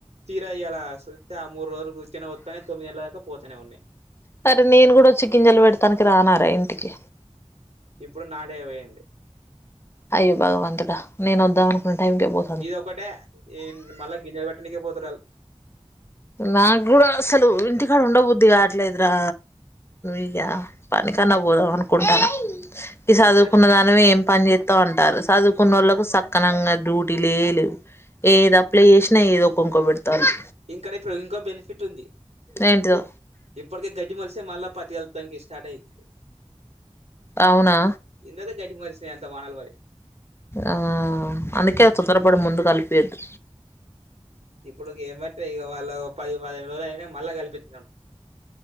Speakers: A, on the right (about 75°); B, on the left (about 20°).
A: తీర ఇయ్యాల జూస్తే ఆ మూ రోజులు కూర్చొ వతానే తొమ్మిది గంటల దాకా పోతనే ఉన్నాయి.
B: సరే నేను కూడా వచ్చి గింజలు పెడతానికి రానా రా ఇంటికి
A: ఇప్పుడు నాడే పోయింది
B: అయ్యో భగవంతుడ నేనోద్దాం అనుకున్న టైంకే పో
A: ఇదోకటే మళ్ళా గింజలు పెట్టనికి పోతర
B: నాకు కూడా అసలు ఇంటికాడ ఉండ బుద్ధి కాట్లదురా ఇగ పనికన్నా పోదాం అనుకుంటన్నా, ఈ సదువుకున్నదాని
A: ఇంకా
B: నువ్వు ఏం పని చేత్తవు అంటార్రు, సదువుకున్నోళ్ళకు సక్కనంగా డ్యూటీలే లేవు. ఏది అప్లై చేశినా ఏదో ఒక వొంక బెడతాల్లు.
A: ఇంకడ ఇప్పుడు ఇంకో బెనిఫిట్ ఉంది.
B: ఏంటిదో?
A: ఇప్పడికి గడ్డి మొలిస్తే మళ్ళా పత్తి కలుత్తానికి స్టార్ట్ అయిద్ది.
B: అవునా.
A: ఇందాక్లే గడ్డి మొలిచినయి అంట వానలు పడి.
B: ఆ అందుకే తొత్తరపడి ముందు కలుపు తీయొద్దు.
A: ఇప్పుడు ఏమంటే ఇగ మళ్ళా పది పదిహేను రోజులు అయినయి మళ్ళీ కలిపించినం.